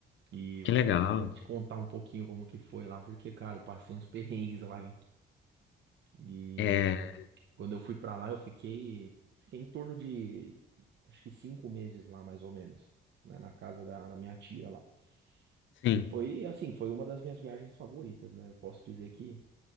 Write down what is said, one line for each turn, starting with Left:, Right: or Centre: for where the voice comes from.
Right: e
Left: Que
Right: vou
Left: legal.
Right: até te, con- te contar um pouquinho como que foi lá, porque, cara, eu passei uns perrengues lá, hein? E
Left: É,
Right: quando eu fui pra lá, eu fiquei, fiquei em torno de, acho que cinco meses lá, mais ou menos, né, na casa da, da minha tia lá.
Left: sim.
Right: E foi, assim, foi uma das minhas viagens favoritas, né? Eu posso dizer que,